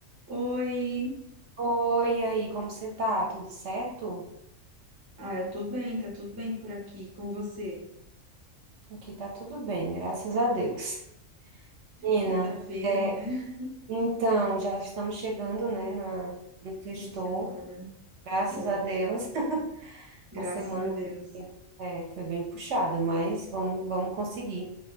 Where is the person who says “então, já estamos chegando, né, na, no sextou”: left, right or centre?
Right